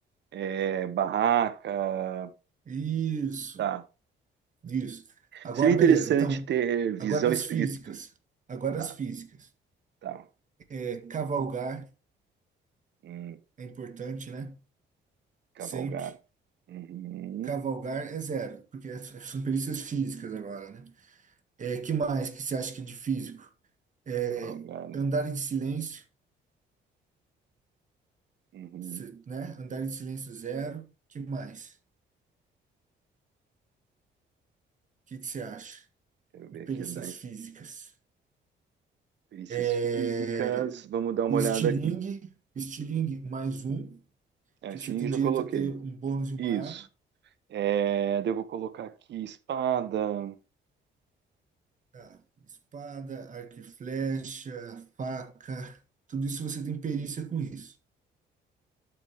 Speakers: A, on the right; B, on the right.
A: é, barraca.
B: Isso.
A: Tá.
B: Isso. Agora,
A: Seria interessante
B: beleza. Então,
A: ter visão
B: agora as
A: espírito.
B: físicas. Agora
A: Tá,
B: as físicas.
A: tá.
B: É, cavalgar
A: Hum,
B: é importante, né?
A: cavalgar.
B: Sempre.
A: Uhum.
B: Cavalgar é zero, porque as- são perícias físicas agora, né? É, que mais que você acha que é de físico? É,
A: Salgado.
B: andar em silêncio,
A: Uhum.
B: se- né? Andar em silêncio, zero. Que mais? O que que você acha
A: Quero ver
B: de perícias
A: aqui andar em
B: físicas?
A: perícias
B: É,
A: físicas. Vamos dar uma
B: O estilingue,
A: olhada aqui.
B: estilingue mais um,
A: É,
B: que
A: estilingue
B: você tem
A: eu
B: direito
A: já coloquei.
B: a ter um bônus e uma
A: Isso.
B: arma.
A: É, daí eu vou colocar aqui espada.
B: Tá. Espada, arco e flecha, faca, tudo isso você tem perícia com isso.